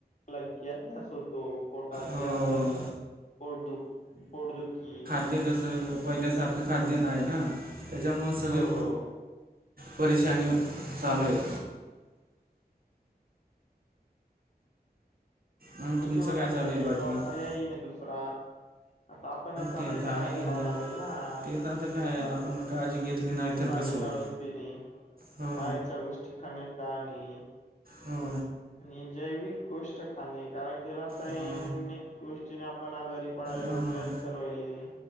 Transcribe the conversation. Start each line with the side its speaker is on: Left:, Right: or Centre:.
Left: लागत. तो कोटात
Right: हो
Left: ग्यास धरण उर्दू उर्दू की
Right: कस पहिल्यासारखं खाद्य नाही आहे ना त्याच्यामुळे सगळे.
Left: हो हो
Right: परेशानी चालू आहेत. मग तुमचं
Left: होणार
Right: काय चालू आहे बाकी हो
Left: पर्या ना दुसरा आता आपणच आपली
Right: ते तर आहे
Left: काळजी घ्याव
Right: आता
Left: लागेल ना
Right: तेच आता काय
Left: जस.
Right: आपण काळजी घेतली नाही तर
Left: पाणी
Right: कसं होईल
Left: गाळून पिणे
Right: हो
Left: बाहेरच्या गोष्टी खाणे टाणे
Right: हो
Left: आणि जैविक गोष्ट खाणे कारण की रस्. सैनिक
Right: हो
Left: गोष्टीने आपण आजारी पडयलो
Right: हो,
Left: कॅन्सर वईले